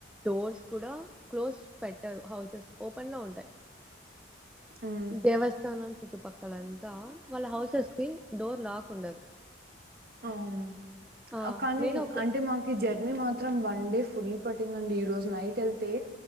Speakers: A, in the centre; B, on the right.
A: డోర్స్ కూడా క్లోజ్ పెట్టరు. హౌసెస్ ఓపెన్ లో ఉంటాయి.
B: ఉమ్
A: దేవస్థానం చుట్టుపక్కలంతా, వాళ్ళ హౌసెస్ కి డోర్ లాక్ ఉండదు.
B: అవునా.
A: ఆ
B: కానీ
A: నేను ఒక
B: అంటే మాకి జర్నీ మా త్రం వన్ డే ఫుల్ పట్టిందండి. ఈ రోజు నైట్ ఎళ్తే